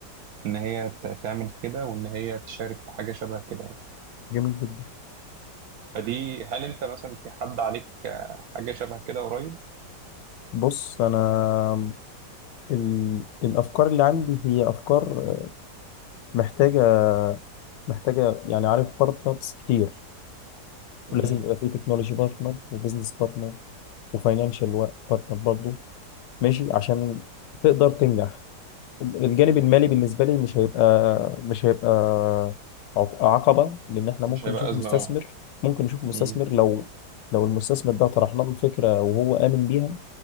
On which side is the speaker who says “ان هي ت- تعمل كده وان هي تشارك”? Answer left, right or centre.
Right